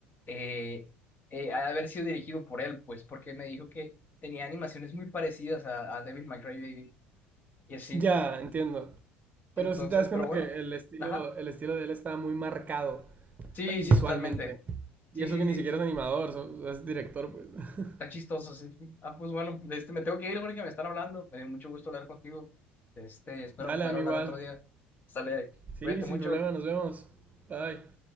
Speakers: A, on the left; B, on the right.
A: eh, eh, ha de haber sido dirigido por él, pues, porque me dijo que tenía animaciones muy parecidas a, a Devil May Cry Baby y así.
B: Ya, entiendo.
A: Entonces,
B: Pero si te das cuenta
A: pero bueno,
B: que el estilo,
A: ajá.
B: el estilo de él está muy marcado
A: Sí,
B: ta- visualmente.
A: sí, totalmente. Sí,
B: Y eso
A: sí,
B: que
A: sí,
B: ni siquiera
A: so-
B: es animador, so- es director, pues. <laughs>
A: está chistoso, sí. Ah, pues bueno, de este, me tengo que ir porque me están hablando. Me dio mucho gusto hablar contigo. Este, espero
B: Dale,
A: poder
B: a mí
A: hablar
B: igual.
A: otro día. Sale,
B: Sí,
A: cuídate
B: sin
A: mucho.
B: problema, nos vemos. Bye.